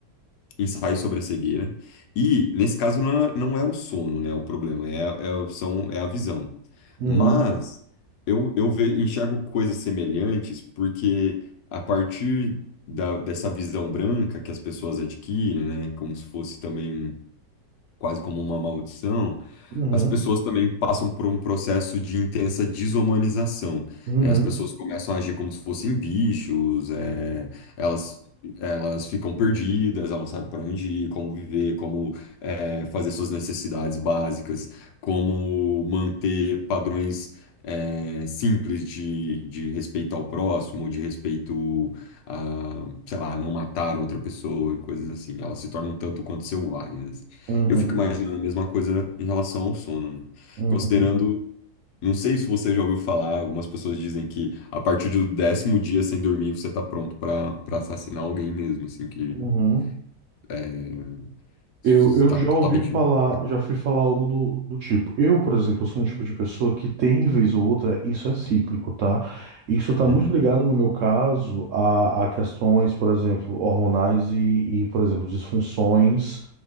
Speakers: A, on the left; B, on the right.
A: Ensaio sobre a Cegueira. E, nesse caso, não é, não é o sono, né? O problema é, é- são, é a visão.
B: Uhum.
A: Mas eu, eu ve- enxergo coisas semelhantes porque, a partir da, dessa visão branca que as pessoas adquirem, né? Como se fosse também quase como uma maldição
B: Uhum.
A: as pessoas também passam por um processo de intensa desumanização,
B: Uhum.
A: né? As pessoas começam a agir como se fossem bichos, é, elas, elas ficam perdidas, elas não sabem para onde ir, como viver, como é, fazer suas necessidades básicas, como manter padrões é, simples de, de respeito ao próximo, de respeito a, sei lá, não matar outra pessoa e coisas assim. Elas se tornam tanto quanto selvagens.
B: Uhum.
A: E eu fico imaginando a mesma coisa em relação ao sono, né?
B: Uhum.
A: Considerando, não sei se você já ouviu falar, algumas pessoas dizem que a partir do décimo dia sem dormir você tá pronto pra para assassinar alguém mesmo, assim, que
B: Uhum.
A: é, está
B: Eu, eu já
A: totalmente.
B: ouvi falar,
A: acabou.
B: já fui falar algo do, do tipo. Eu, por exemplo, sou um tipo de pessoa que tem, vez ou outra, isso é cíclico, tá? Isso tá
A: Uhum.
B: muito ligado, no meu caso, a, a questões, por exemplo, hormonais e, e, por exemplo, disfunções